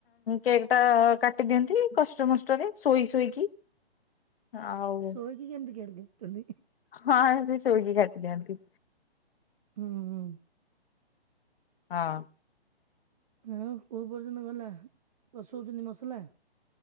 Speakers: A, on the left; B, on the right.
A: କେକ୍ ଟା କାଟିଦିଅନ୍ତି, କଷ୍ଟମଷ୍ଟରେ ଶୋଇ ଶୋଇକି। ଆଉ-ଉ
B: ଥୋଇକି କେମିତି କେଟ୍ କାଟନ୍ତି?
A: ହଁ, ସେ ଶୋଇିକି କାଟି ଦିଅନ୍ତି।
B: ହୁଁ ହୁଁ
A: ହଁ।
B: ଆଉ, କଉ ପର୍ଯ୍ୟନ୍ତ ଗଲା କଷଉଛନ୍ତି ମସଲା?